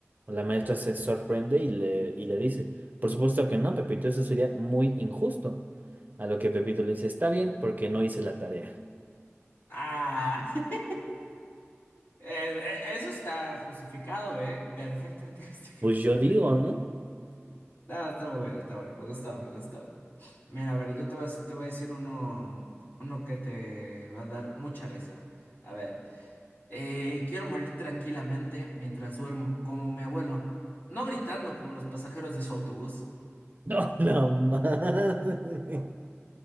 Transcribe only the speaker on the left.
Ah. <laughs> Es- e- Eso está justificado, ¿eh? Perfectamente <laughs> justificado.
No, está muy bueno, está bueno. Me gustó, me gustó. Mira, a ver, yo te voy a, te voy a decir uno, uno que te va a dar mucha risa. A ver, eh, quiero morir tranquilamente mientras duermo, como mi abuelo. No gritando como los pasajeros de su autobús.